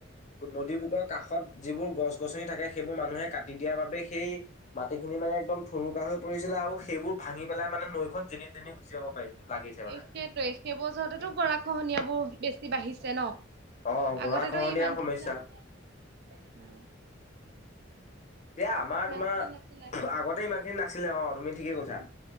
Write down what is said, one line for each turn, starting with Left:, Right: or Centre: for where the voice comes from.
Left: নদীবোকৰ কাষত যিবোৰ গছ-গছনি থাকে, সেইবোৰ মানুহে কাটি দিয়াৰ বাবে সেই মাটিখিনি মানে একদম ঠুনুকা হৈ পৰিছিলে আৰু সেইবোৰ ভাঙি পেলাই মানে নৈখন যেনি তেনি গুচি যাব পাৰি। লাগিছে মানে।
Right: সেইটোৱেটো সেইবোৰৰ য'হতেটো গৰাখহনীয়াবোৰ বেছি বাঢ়িছে ন'।
Left: অ গৰা
Right: আগতেতো
Left: খহনীয়াৰ
Right: ইমান
Left: সমস্যা।
Right: কেইটা আছে অ'
Left: এতিয়া আমাৰ তোমাৰ
Right: খিনি নাছিলে
Left: আগতে ইমানখিনি নাছিলে অ', তুমি ঠিকে কৈছা।